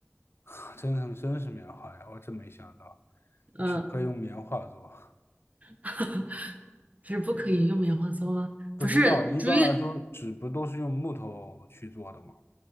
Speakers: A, on the left; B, on the right.
A: <laughs> 真是真是棉花呀，我真没想到，
B: 嗯，
A: 纸可以用棉花做。
B: <laughs> 纸不可以用棉花做吗？
A: 不知道，
B: 不是，
A: 一般来说，
B: 主要，
A: 纸不都是用木头去做的吗？